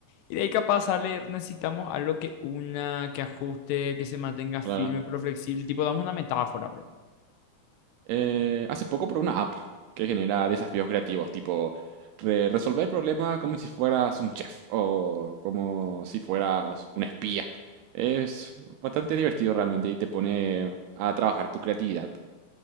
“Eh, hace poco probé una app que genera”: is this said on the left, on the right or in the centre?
Right